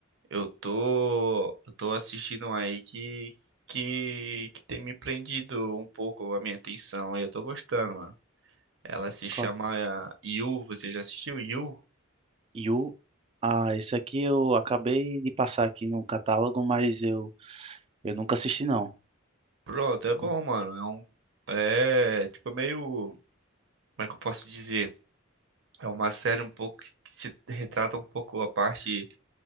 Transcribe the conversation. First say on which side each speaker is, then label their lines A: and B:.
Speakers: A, on the right; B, on the right.
A: eu tô. Eu tô assistindo um aí que. Que, que tem me prendido um pouco a minha atenção. E eu tô gostando, mano. Ela se chama
B: Qual?
A: eh, You. Você já assistiu You?
B: You. Ah, esse aqui eu acabei de passar aqui no catálogo, mas eu, eu nunca assisti não.
A: Pronto, é bom,
B: Com-
A: mano. É um. É tipo meio. Como é que eu posso dizer? É uma série um pouco que se retrata um pouco a parte